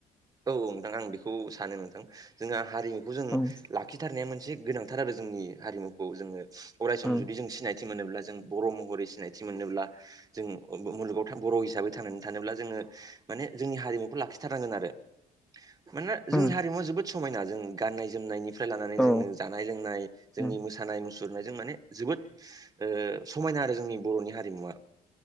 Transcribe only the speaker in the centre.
उम
उम
उम
औ
उम